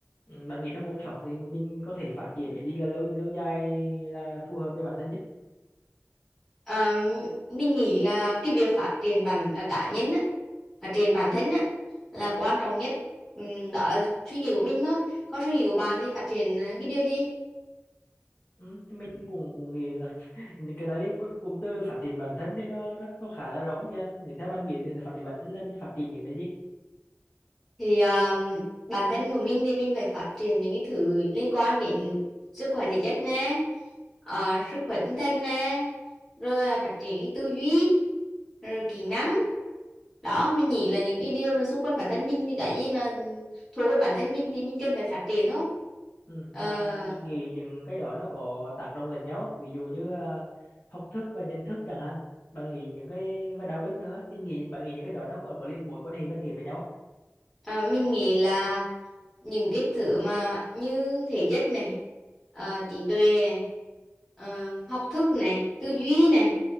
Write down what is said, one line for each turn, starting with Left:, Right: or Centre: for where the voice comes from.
Left: Ừ, bạn nghĩ trong cuộc sống thì mình có thể phát triển cái gì là lâu lâu dài là phù hợp cho bản thân nhất
Centre: Ờ, mình nghĩ là cái việc phát triển bản à, cá nhân á, phát triển bản thân á, là quan trọng nhất Ừm, đó là suy nghĩ của mình thôi còn suy nghĩ của bạn thì phát triển ờ, cái điều gì
Left: ừ, thì mình cũng cũng nghĩ là <laughs> cái tại vì cái cụm từ phát triển bản thân thì nó nó nó khá là rộng kìa để theo bạn nghĩ thì phát triển bản thân là mình phát triển những cái gì
Centre: thì ờ, bản thân của mình thì mình phải phát triển những cái thứ liên quan đến sức khỏe thể chất nè ờ, sức khỏe tinh thần nè rồi là phát triển cái tư duy rồi kỹ năng đó mình nghĩ là những cái điều mà xung quanh bản thân mình thì cái gì mà thuộc về bản thân mình thì mình cần phải phát triển thôi
Left: ừ,
Centre: Ờ,
Left: bạn, bạn bạn nghĩ những cái đó nó có tác động lẫn nhau không? ví dụ như à, học thức và nhận thức chẳng hạn bạn nghĩ những cái và đạo đức nữa mình nghĩ bạn nghĩ những cái đó nó có có liên mối quan hệ mật thiết với nhau không?
Centre: Ờ, mình nghĩ là những cái thứ mà như thể chất này, ờ, trí tuệ này, ờ, học thức này, tư duy này,